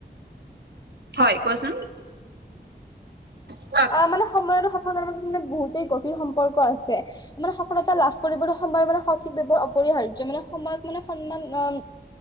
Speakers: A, on the right; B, on the left.
A: হয় কোৱাচোন কোৱা
B: আ মানে সময় আৰু সফলতাৰ মাজত মানে বহুতেই গভীৰ সম্পৰ্ক আছে মানে সফলতা লাভ কৰিবলৈ সময়ৰ মানে সঠিক ব্যবহাৰ অপৰিহাৰ্য মানে সময়ক মানে সন্মান অ